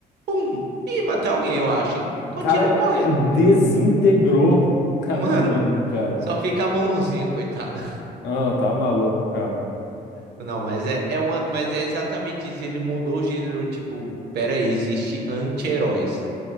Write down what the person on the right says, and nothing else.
pum, e matei alguém, eu acho, hein?
Continuo
correndo.
Mano,
só fica a mãozinha, coitada.
Não, mas é, é uma, mas é exatamente isso. Ele mudou o gênero, tipo, peraí, existe anti-heróis.